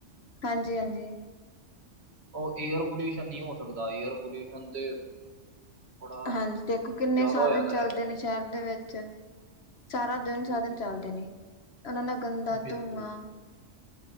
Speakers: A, on the left; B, on the right.
A: ਹਾਂਜੀ-ਹਾਂਜੀ।
B: ਓ ਏਅਰ ਪੋਲਿਊਸ਼ਨ ਨੀ ਹੋ ਸਕਦਾ, ਏਅਰ ਪੋਲਿਊਸ਼ਨ ਤੇ। ਬੜਾ
A: ਹਾਂਜੀ ਦੇਖੋ, ਕਿੰਨੇ
B: ਜ਼ਿਆਦਾ
A: ਸਾਧਨ
B: ਹੋਇਆ ਦਾ
A: ਚੱਲਦੇ
B: ਇਸ
A: ਨੇ ਸ਼ਹਿਰ ਦੇ ਵਿੱਚ। ਸਾਰਾ ਦਿਨ
B: ਟਾਈਮ
A: ਸਾਧਨ
B: ਜੀ ਜੀ
A: ਚੱਲਦੇ ਨੇ, ਉਨਾਂ ਨਾ। ਗੰਦਾ
B: ਬਿਲਕੁਲ
A: ਧੂੰਆਂ,
B: ਜੀ ਬਿਲਕੁਲ।